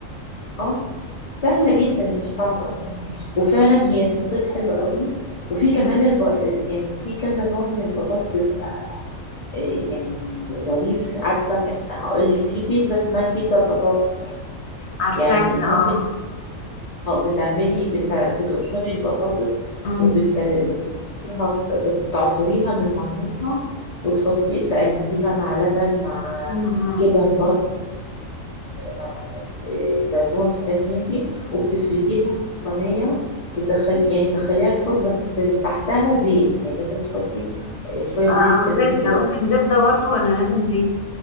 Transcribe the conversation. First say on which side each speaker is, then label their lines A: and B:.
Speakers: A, on the left; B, on the left.
A: اه سهلة جدا مش صعبة يعني وفعلا هي في الصيف حلوة قوي وفي كمان
B: مم.
A: الب... يعني في كذا نوع من البطاطس بيبقى آه، يعني ظريف عارفة ك... هقول لك في بيتزا اسمها بيتزا البطاطس
B: عارفاه
A: يعني
B: ده،
A: ممكن
B: اه
A: ت- بتعملي بت... بتبشري البطاطس
B: مم.
A: وبت... وبتحطيها في... بس بتعصريها من ميتها وتحطي تقلبيها مع لبن مع
B: مم. مم.
A: جبن مع آه، زيتون حاجات من دي وبتفرديها في صينية وبتدخل يعني تدخليها الفرن بس تحتها زيت يعني لازم تحطي آه، شوية
B: آه،
A: زيت
B: او
A: حلوين
B: زبده
A: كده
B: ممكن زبده برضو ولا لازم